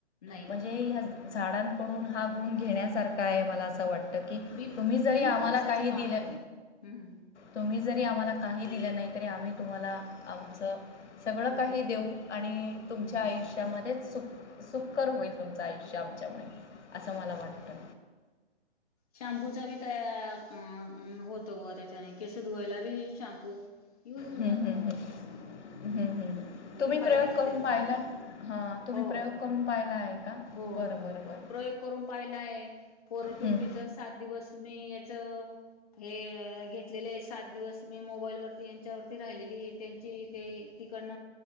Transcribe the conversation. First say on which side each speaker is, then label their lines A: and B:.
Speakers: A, on the left (about 35°); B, on the left (about 80°).
A: नाही ना
B: म्हणजे ह झाडांकडून हा गुण घेण्यासारखा आहे मला असं वाटतं. क
A: बिन
B: तुम्ही जरी
A: बिनखर्चाचं
B: आम्हाला काही
A: काम
B: दिलं
A: येते हम्म
B: तुम्ही. जरी आम्हाला काही दिलं नाही तरी आम्ही तुम्हाला आमचं सगळं
A: हम्म
B: काही देऊ आणि
A: हम्म
B: तुमच्या आयुष्यामध्येच सुख सुखकर होईल तुमचं आयुष्य आमच्यामुळे असं मला वाटतं.
A: शॅम्पूचा बी तयार आ ह होत बुवा त्याच्याने केस धुवायला बी शॅम्पू के यज होऊन
B: हम्म,
A: जात
B: हम्म,
A: बुवा
B: हम्म.
A: तो असं
B: हम्म, हम्म. तुम्ही
A: फायद्याचे
B: प्रयोग करून
A: तेच
B: पाहिला हां तुम्ही
A: हो
B: प्रयोग करून पाहिला आहे का
A: हो
B: बरं
A: हो
B: बरं
A: प्र
B: बरं
A: प्रयोग करून पाहिलाय पोर फिफ्टी फिफ्टी
B: हम्म,
A: च सात दिवस मी याच. हे घेतलेले आहे, सात दिवस मी मोबाईल वरती यांच्यावरती राहिलेली त्यांची ते ति कट